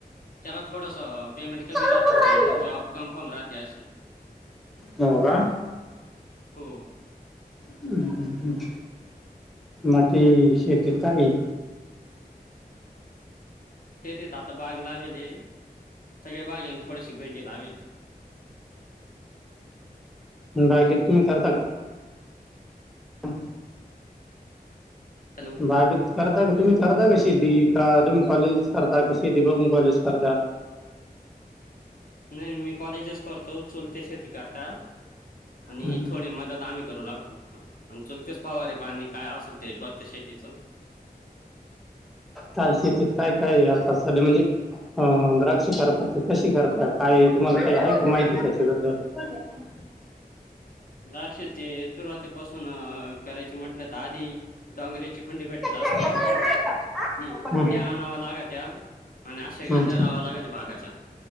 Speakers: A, on the left; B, in the centre.
A: चला थोडं पेमेंट की राहात
B: हम्म.
A: आपण जॉब कन्फर्म राह त्याश नाही
B: होव का
A: हो
B: हम् हम् हम् मट शेती काई
A: तेेतेत आता बाग लावेली सगळ्या बाग येऊन थोडीशी भेंडी लावेली
B: बाकी तुम्ही करताात हन
A: हॅलो
B: बागी करता का तुम्ही करता कशी ती का तुम्ही कॉलेज करता कशी त बघून कॉलेज करता
A: नाही मी कॉलेजच करतो चुलते शेती कर का आणि
B: हं.
A: थोडी मदत आम्ही करू लागतो आणि चुलते पवारीे पाणी काय असल ते बघते शेतीच
B: का शेतीत काय काय आता सध म्हणजे अ द्राक्ष करतात ते कशी करत काय तुम्हाला काही आहे का माहितीय त्याच्याबद्दल कोण हाय सांग
A: दक्ष ते सुरुवातीपासून करायचे म्हटलं तर आधी डोंगरची हुंडी भेटत असते
B: पप्पा
A: कि
B: येतात का? पप्पा हं. कधी
A: त्या
B: येतात?
A: आणाव लागत त्या आणि असशे गाल्ल्या
B: हं,
A: लावा लागत बागाच्या